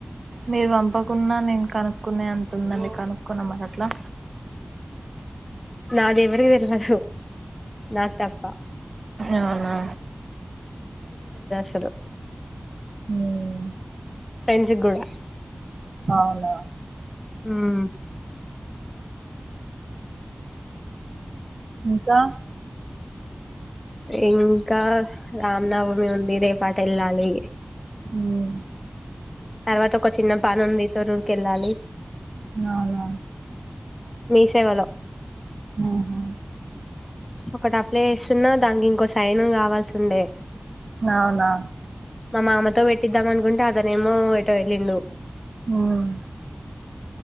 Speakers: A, on the right; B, on the left.
A: మీరు పంపకున్నా నేను కనుక్కునే అంత ఉందండి కనుక్కోన మరి అట్లా
B: నాదెవ్వరి వెతకడ్దు నాకు తప్ప
A: అవునా
B: సరే
A: ఉమ్
B: ఫ్రెండ్స్ కూడా
A: అవునా
B: ఉమ్
A: ఇంకా
B: ఇంకా రామ్ నవమి ఉంది రేప్ అటు వెళ్ళాలి
A: ఉమ్
B: తర్వాత ఒక చిన్న పనుంది తరూరికి వెళ్ళాలి
A: అవునా
B: మీ సేవలో
A: ఉహు
B: ఒకటి అప్లై చేస్తున్నా దానికి ఇంకో సయనం కావాల్సిన ఉండే
A: అవునా
B: మా మామ తో పెట్టిద్దాం అనుకుంటే అతనేమో ఎటో వెళ్ళిండు
A: ఉమ్